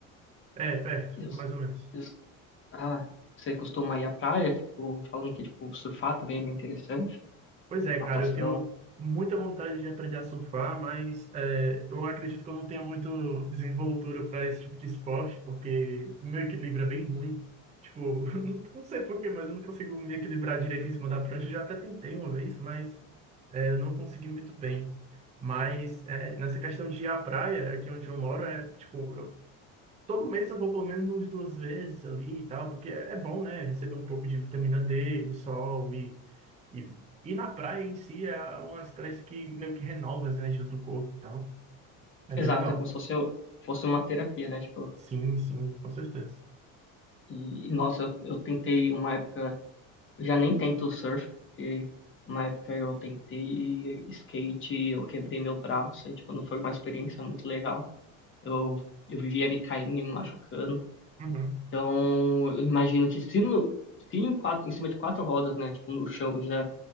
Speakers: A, on the right; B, on the left.
A: É, perto,
B: Eu,
A: mais ou menos.
B: eu- ah, você costuma ir à praia, tipo, falando que tipo, surfar também é bem interessante,
A: Pois é,
B: natação.
A: cara, eu tenho muita vontade de aprender a surfar, mas é, eu acredito que eu não tenho muito desenvoltura para esse tipo de esporte, porque o meu equilíbrio é bem ruim. Tipo, <laughs> não, não sei por quê, mas eu não consigo me equilibrar direito em cima da prancha. Eu já até tentei uma vez, mas é, eu não consegui muito bem. Mas é, nessa questão de ir à praia, aqui onde eu moro, é tipo, Todo mês eu vou pelo menos umas duas vezes ali e tal, porque é é bom, né? Receber um pouco de vitamina D, do sol e, e, e na praia em si é uma experiência que meio que renova as energias do corpo e tal. É
B: Exato,
A: bem legal.
B: é como se fosse, fosse uma terapia, né? Tipo,
A: Sim, sim, com certeza.
B: e nossa, eu, eu tentei uma época, eu já nem tento surf, porque uma época eu tentei skate, eu quebrei meu braço, e tipo, não foi uma experiência muito legal. Eu, eu vivia me caindo e me machucando.
A: Uhum.
B: Então, eu imagino que se, no- se em, quatro, em cima de quatro rodas, né? Tipo, no chão já